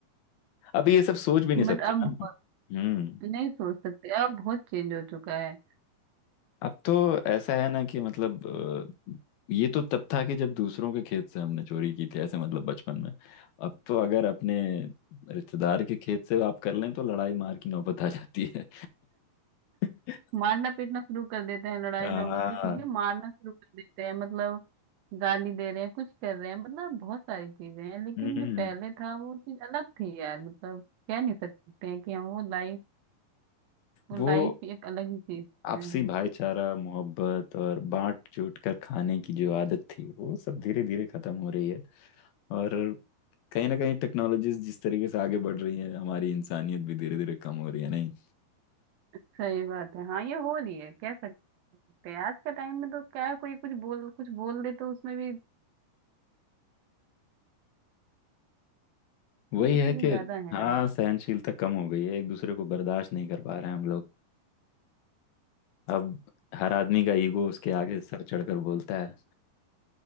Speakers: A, on the left; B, on the right.
A: अब ये सब सोच भी नहीं सकते
B: बट अब बहुत-
A: ना हम्म
B: नहीं सोच सकते अब बहुत चेंज हो चुका है
A: अब तो ऐसा है ना कि मतलब अ, ये तो तब था कि जब दूसरों के खेत से हमने चोरी की थी ऐसे मतलब बचपन में अब तो अगर अपने रिश्तेदार के खेत से आप कर लें तो लड़ाई मार की नौबत आ जाती है <laughs>
B: मारना पीटना शुरू कर देते हैं लड़ाई
A: हाँ
B: नौबत तो ठीक है मारना शुरू कर देते हैं मतलब गाली दे रहे हैं कुछ कर रहे हैं मतलब बहुत सारी चीजें हैं लेकिन
A: हम्म
B: जो पहले था वो चीज अलग थी यार मतलब कह नहीं सकते हैं कि हम वो लाइफ वो
A: वो
B: लाइफ एक अलग ही चीज
A: आपसी
B: है
A: भाईचारा मोहब्बत और बांट चूट कर खाने की जो आदत थी वो सब धीरे धीरे खत्म हो रही है और कहीं ना कहीं टेक्नोलॉजीज जिस तरीके से आगे बढ़ रही है हमारी इंसानियत भी धीरे धीरे कम हो रही है नहीं
B: सही बात है हाँ ये हो रही है कह सकते हैं आज का टाइम में तो क्या है कोई कुछ बोल कुछ बोल दे तो उसमें भी
A: वही
B: तो ये
A: है
B: चीजें
A: कि
B: ज्यादा हैं
A: हाँ
B: अब
A: सहनशीलता कम हो गई है एक दूसरे को बर्दाश्त नहीं कर पा रहे हैं हम लोग अब हर आदमी का ईगो उसके आगे सर चढ़कर बोलता है